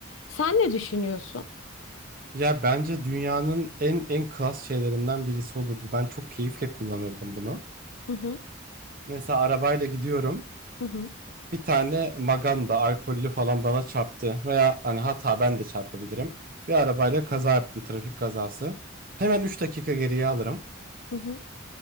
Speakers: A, on the left (about 75°); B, on the right (about 45°).
A: Sen ne düşünüyorsun?
B: Ya bence dünyanın en en klas şeylerinden birisi olurdu. Ben çok keyifle kullanırdım bunu.
A: Hı hı,
B: Mesela arabayla gidiyorum.
A: hı hı,
B: Bir tane maganda alkollü falan bana çarptı veya hani hata ben de çarpabilirim. Bir arabayla kaza yaptım, trafik kazası. Hemen 3 dakika geriye alırım.
A: hı hı.